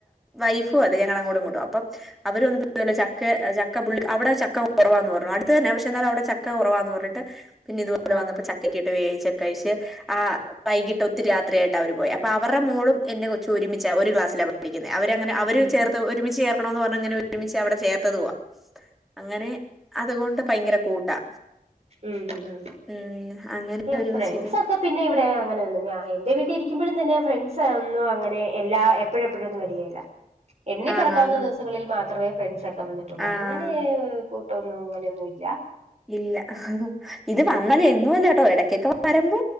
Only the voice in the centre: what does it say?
വൈഫും അത് ഞങ്ങള അങ്ങോട്ടും ഇങ്ങോട്ടും അപ്പം അവരൊന്നി ചക്ക ചക്കുപള്ളി അവിടെ ചക്ക കുറവാന്ന് പറഞ്ഞു അടുത്ത തന്നെ പക്ഷേ എന്നാലും അവിടെ ചക്ക കുറവാന്ന് പറഞ്ഞിട്ട് പിന്നെ ഇതുപോലെ
വന്നപ്പോ ചക്ക ഒക്കെ ഇട്ട് വേവിച്ച് കഴിച്ച് ആ വൈകിട്ട് ഒത്തിരി രാത്രിയായിട്ട് അവര് പോയി അപ്പൊ അവരുടെ മോളും എന്റെ കൊച്ചും ഒരുമിച്ച ഒരു ക്ലാസിൽ അവരങ്ങനെ അവര്
ചേർത്ത് ഒരുമിച്ച് ചേർക്കണന്ന് പറഞ്ഞങ്ങനെ ഒരുമിച്ച് അവടെ ചേർത്തതുവാ അങ്ങനെ അതുകൊണ്ട് ഭയങ്കര കൂട്ടാ
ഉം അങ്ങനെ
ഒരുമിച്ചിരു
ആഹ്
ആഹ്
ആഹ്
ഇല്ല ഇത് വന്നാലേ എന്നുമില്ല ട്ടോ ഇടക്കൊക്കെ വരുമ്പോ